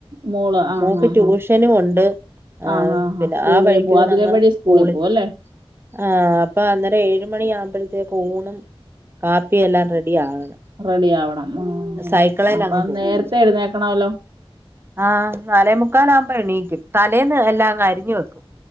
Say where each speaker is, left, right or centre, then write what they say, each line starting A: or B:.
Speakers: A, on the right; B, on the right.
A: മോള് ആഹ്
B: മോക്ക്
A: ആഹ്
B: ട്യൂഷനുവൊണ്ട്
A: ആഹ്
B: അ
A: ആഹ് ആഹ്
B: പിന്നെ
A: ആഹ് സ്കൂളില്
B: ആ വഴിക്കൂന്ന്
A: പോവും അതിലെ
B: അങ്ങ്
A: വഴി സ്കൂളിൽ
B: സ്കൂളി
A: പോവും അല്ലേ
B: ആ അപ്പൊ അന്നേരം ഏഴ് മണിയാവുമ്പേ ത്തേക്ക് ഊണും കാപ്പിയെല്ലാം റെ യാണ്
A: റെഡി ആവണം ആഹ്
B: സൈ‌ക്കിളേലങ്ങ്
A: അപ്പം
B: പോകും
A: നേരത്തെ എഴുന്നേക്കണല്ലോ
B: ആ നാലേ മുക്കാലാവ്മ്പോ എണീക്കും തലേന്ന് എല്ലാ അങ്ങ് അരിഞ്ഞു വെക്കും